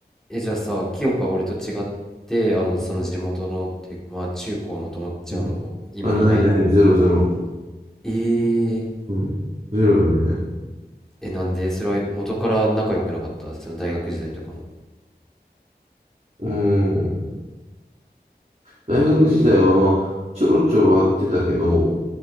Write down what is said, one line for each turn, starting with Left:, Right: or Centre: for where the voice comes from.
Centre: え、じゃあさ、清香は俺と違って、あの、その地元の、
Right: う。うん
Centre: っていうか、まあ、中高の友達はもう、
Right: うんあ、
Centre: 今いない
Right: ないない、ゼロゼロ。
Centre: えー、
Right: うん。ゼロよね。
Centre: え、なんでそれは元から仲良くなかったその大学時代とかも。
Right: うん。大学時代はまあ、ちょろちょろ会ってたけど、